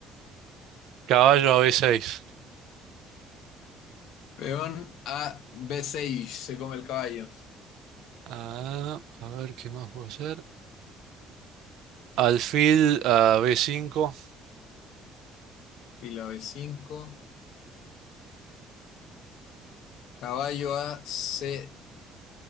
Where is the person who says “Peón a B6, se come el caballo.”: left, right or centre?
Left